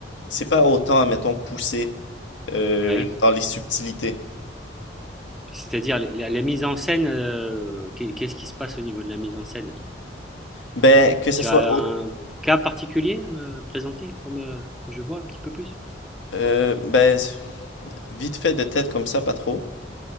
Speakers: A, on the left (about 80°); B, in the centre.
A: c'est pas autant, admettons, poussé euh,
B: ouais.
A: dans les subtilités.
B: C'est-à-dire la, la- mise en scène, euh, qu'est- qu'est-ce qui se passe au niveau de la mise en scène?
A: Ben, que ce
B: Tu
A: soit
B: as
A: au-
B: un cas particulier à me présenter pour me, que je vois un petit peu plus?
A: euh, ben, vite fait de tête comme ça, pas trop.